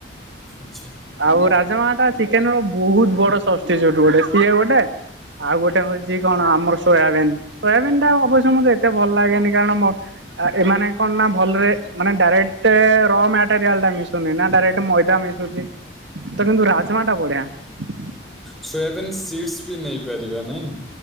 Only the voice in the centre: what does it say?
ଆଚ୍ଛା
ସୋୟାବନ୍ ସିଡ୍ସସି ବି ନେଇପାରିବା ନାଇଁ।